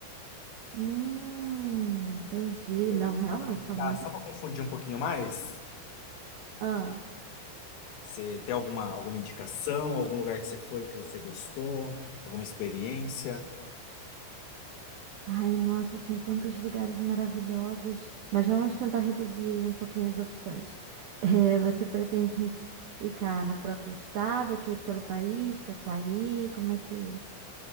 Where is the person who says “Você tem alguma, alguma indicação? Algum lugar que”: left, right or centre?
Left